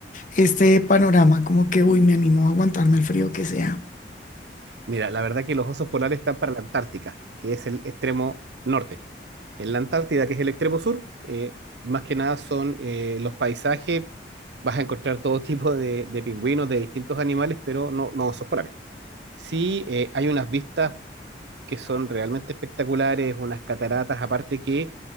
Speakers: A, on the left (about 45°); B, on the right (about 75°).
A: este panorama, como que, uy, me animo a aguantarme el frío que sea.
B: Mira, la verdad que los osos polares están para la Antártica, que es el extremo norte. En la Antártida, que es el extremo sur, eh, más que nada son eh, los paisajes, vas a encontrar todo <laughs> tipo de, de pingüinos, de distintos animales, pero no, no osos polares. Sí, eh, hay unas vistas que son realmente espectaculares, unas cataratas, aparte que